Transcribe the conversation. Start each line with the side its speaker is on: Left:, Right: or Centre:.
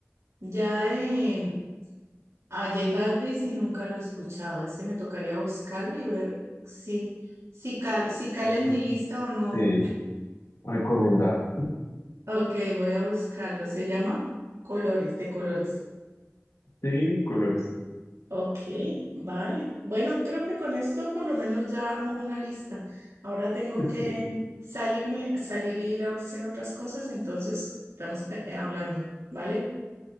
Right: ya de a J Balvin si nunca lo he escuchado. Ese me tocaría buscarlo y ver si, si, cal, si cala
Left: Exacto.
Right: en mi lista o no.
Left: Sí, recomendado.
Right: Ok, voy a buscarlo. Se llama Colores, de colores.
Left: Sí, colores.
Right: Ok, vale. Bueno, creo que con esto por lo menos ya armo una lista. Ahora tengo
Left: <laughs>
Right: que
Left: Sí.
Right: salirme, salir e ir a hacer otras cosas, entonces estamos pe- hablando, ¿vale? Vale,